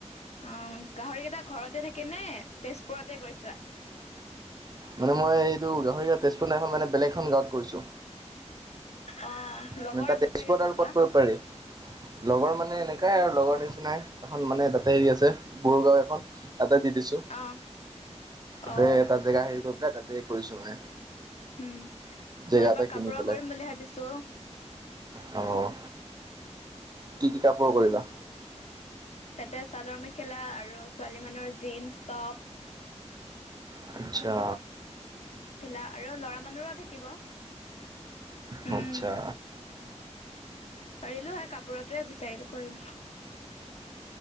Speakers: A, on the left; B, on the right.
A: অ গাহৰি কেইটা ঘৰতে থাকে নে তেজপুৰতে কৰিছা?
B: মানে মই এইটো গাহৰি ইয়াত তেজপুৰ নাই মানে বেলেগ এখন গাঁৱত কৰিছো
A: অ লগৰ
B: মানে তাত
A: আছে
B: তেজপুৰত
A: চাগে কোনোবা
B: আৰু ক'ত কৰিব পাৰি লগৰ মানে এনেকাই আৰু লগৰ নিচিনাই এখন মানে তাতে হেৰি আছে সৰু গাওঁ এখন তাতে দি দিছো
A: অ
B: তাতে
A: অ
B: তাত জেগা হেৰি কৰি পেলাই তাতে কৰিছো মানে
A: উম
B: জেগা
A: মই এবাৰ
B: এটা কিনি
A: কাপোৰৰ
B: পেলাই
A: কৰিম বুলি ভাবিছো
B: অ। কি কি কাপোৰ? কৰিবা?
A: তাতে চাদৰ মেখেলা আৰু ছোৱালী মানুহৰ জীনছ টপ
B: আতচ্ছা
A: খেলা আৰু ল'ৰা মানুৰো থাকিব।
B: মজা
A: উম পাৰিলো হৈ কাপোৰটোৱে বিচাৰিলো কৰিম